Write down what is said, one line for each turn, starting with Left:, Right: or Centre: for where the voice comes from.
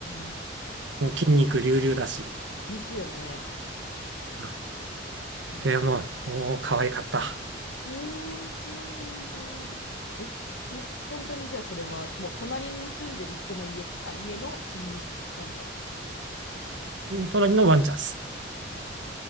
Left: んうん。
Right: もう筋肉隆々だし、
Left: そうですよね。
Right: うん
Left: へえ、
Right: でもう、もう可愛かった。
Left: へえ、そうなんだ。え、ほ、本当にじゃあそれはもう隣に住んでる人の家、あ、家の犬、ワンちゃん。
Right: 隣のワンちゃんっす。